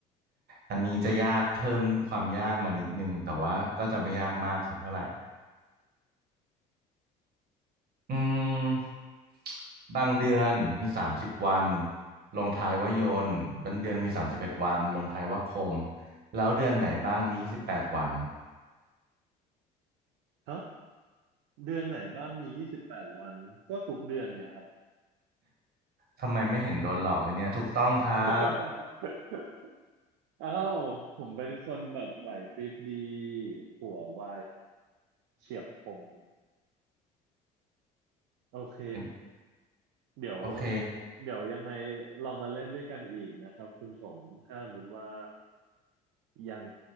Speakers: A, on the right; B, on the right.
A: อันนี้จะยากเพิ่มความยากมานิดนึงแต่ว่าก็จะไม่ยากมากสักเท่าไหร่อืมบางเดือนมีสามสิบวันลงท้ายว่ายนต์บางเดือนมีสามสิบเอ็ดวันลงท้ายว่าคมแล้วเดือนไหนบ้างมีสิบแปดวัน
B: ครับเดือนไหนบ้างมียี่สิบแปดวันก็ทุกเดือนไงครับ
A: ทำไมไม่เห็นโดนหลอกเลยเนี่ยถูกต้องครับ
B: <laughs> อ้าวผมเป็นคนแบบไหวพริบดีหัวไวเฉียบคมโอเค
A: เป็น
B: เดี๋ยว
A: โอเค
B: เดี๋ยวยังไงเรามาเล่นด้วยกันอีกนะครับคุณชงถ้าสมมติว่า ยัง